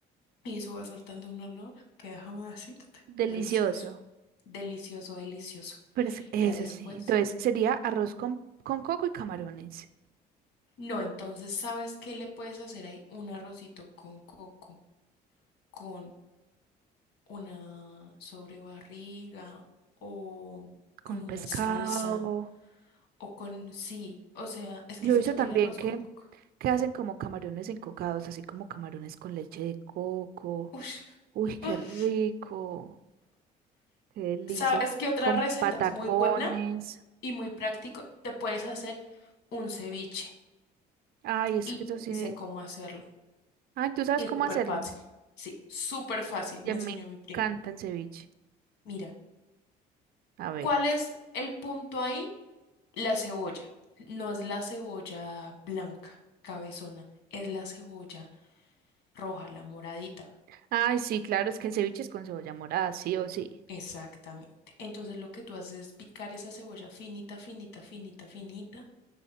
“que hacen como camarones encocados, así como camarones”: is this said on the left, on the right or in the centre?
Right